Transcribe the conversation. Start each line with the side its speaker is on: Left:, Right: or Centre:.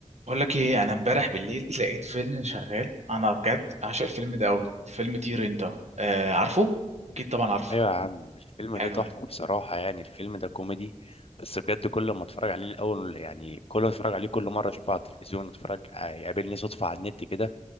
Right: بقول لك ايه انا امبارح بالليل <laughs> لقيت فيلم شغال انا بجد عاشق الفيلم ده قوي فيلم طير انت آه عارفه اكيد طبعا عارفه
Left: ايوه يا عم الفيلم
Right: حلو
Left: ده تحفه
Right: أوي.
Left: بصراحه يعني الفيلم ده كوميدي بس بجد كل ما اتفرج عليه الاول يعني كل ما اتفرج عليه كل مره اشوفه على التلفزيون اتفرج يقابلني صدفه على النت كده